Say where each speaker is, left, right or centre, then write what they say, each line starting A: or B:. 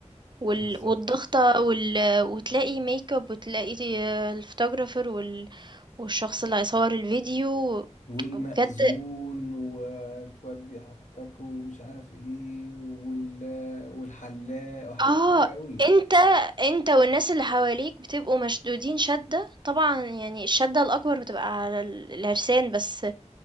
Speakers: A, on the right; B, on the left.
A: وال...
B: بالظبط
A: والضغطة وال... وتلاقي ميك اب وتلاقي الفوتوغرافر وال... والشخص اللي هيصور الفيديو
B: والمأذون
A: بجد
B: وتودي حاجتك ومش عارف ايه وال... والحلاق وحاجات
A: آه،
B: كتير قوي
A: أنت أنت والناس اللي حواليك بتبقوا مشدودين شدة طبعًا يعني الشدة الأكبر بتبقى على ال العرسان، بس